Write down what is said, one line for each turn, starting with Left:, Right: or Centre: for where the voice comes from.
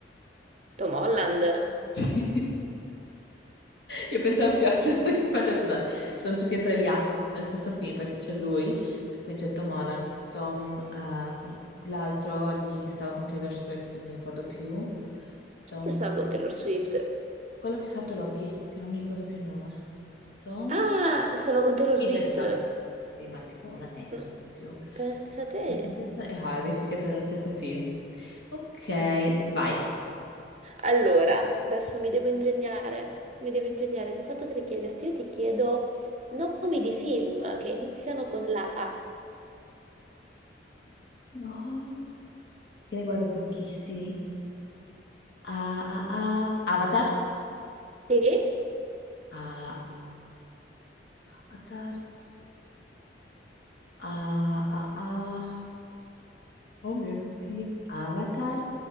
Right: Tom Holland.
Left: <laughs> Io pensavo più a <laughs> lui, infatti ho detto, "Dai, sono tutti e tre gli attori nel stesso film perché c'è lui, c- quindi c'è Tom Holland, Tom, eh, con- l'altro lì che stava con Taylor Swift, che non mi ricordo più, Tom,
Right: Chi è che stava con Taylor Swift?
Left: quello che ha fatto Loki, che non mi ricordo più il nome, Tom
Right: Ah, stava con Taylor
Left: Hiddleston,
Right: Swift.
Left: sì, ma tipo una netto,
Right: Mm,
Left: non più,
Right: Pensa te.
Left: Hiddleston e Hardy, tutti e tre nello stesso film. Ok, vai.
Right: Allora, adesso mi devo ingegnare. Mi devo ingegnare. Cosa potrei chiederti? Io ti chiedo nomi di film che iniziano con la A.
Left: No, che ne guardo pochissimi. Ah, ah, ah. Avatar?
Right: Sì?
Left: Ah, Avatar. Ah, ah, ah. Oh mio Dio. Avatar.